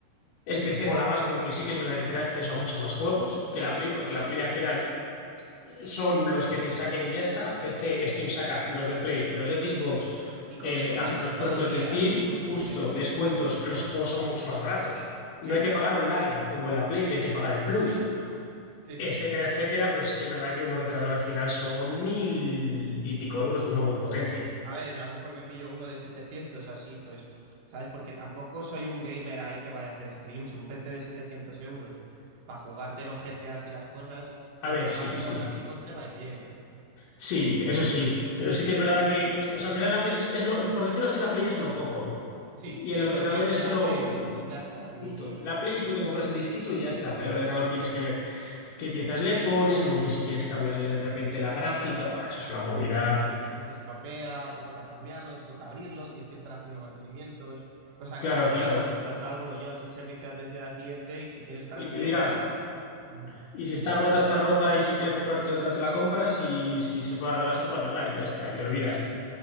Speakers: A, on the left (about 70°); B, on the right (about 80°).
A: El PC mola más porque sí que es verdad que te da acceso a muchos más juegos que la
B: Sí,
A: Play, porque la Play al final son los que te saquen y ya está. PC,
B: sí.
A: Steam saca los de Play, los de Xbox,
B: Y con
A: eh,
B: descuentos
A: hasta los
B: todo
A: propios
B: el día.
A: de Steam,
B: Todo
A: justo,
B: el día hay descuentos.
A: descuentos, los juegos son mucho más baratos. No
B: Sí,
A: hay que pagar online, como en la Play, que hay que pagar el Plus,
B: sí, sí,
A: etcétera,
B: sí, sí,
A: etcétera, pero sí que es verdad que un ordenador al final son mil y pico euros, uno muy potente.
B: sí. A ver, yo a lo mejor me pillo uno de 700 así, pues, ¿sabes? Porque tampoco soy un gamer ahí que vaya a hacer streams. Un PC de 700 euros para jugarte los GTAs y las cosas, mientras
A: A ver, sí,
B: bajes
A: sí,
B: los gráficos te va a ir bien, ¿eh?
A: sí, eso sí, pero sí que es verdad que, o sea, al final la Play es, es lo, por decirlo así, la Play es lo cómodo.
B: Sí,
A: Y
B: sí,
A: el ordenador
B: porque es
A: es
B: la
A: lo
B: Play y ya está. Y,
A: justo. La Play y tú te compras el disquito y ya está. El ordenador tienes que ver qué piezas le pones, luego que si quieres cambiarle de repente la gráfica. Buah, eso es una movida.
B: Sí, que si se estropea, te toca cambiarlo, te toca abrirlo, tienes que estar haciendo mantenimientos. Cosa
A: Claro,
B: que la Play,
A: claro.
B: bueno, si pasa algo, lo llevas al servicio de atención al cliente y si tienes garantía
A: Y te dirán,
B: y tal. ujú,
A: y si está rota, está rota, y si quieres comprarte otra, te la compras, y
B: Sí,
A: si se puede arreglar, se puede arreglar, y ya está,
B: claro.
A: y te olvidas.